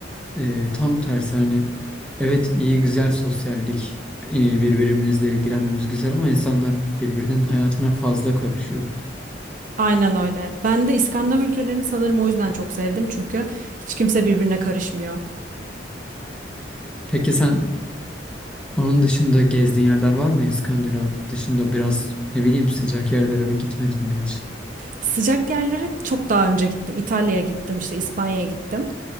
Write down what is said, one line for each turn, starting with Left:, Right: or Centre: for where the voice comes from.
Centre: E, tam tersi hani evet iyi güzel sosyallik e, birbirimizle ilgilenmemiz güzel ama insanlar birbirinin hayatına fazla karışıyor.
Right: Aynen öyle. Ben de İskandinav ülkelerini sanırım o yüzden çok sevdim çünkü hiç kimse birbirine karışmıyor.
Centre: Peki sen onun dışında gezdiğin yerler var mı? İskandinav dışında biraz ne bileyim sıcak yerlere gitmedin mi hiç?
Right: Sıcak yerlere çok daha önce gittim. İtalya'ya gittim, işte İspanya'ya gittim.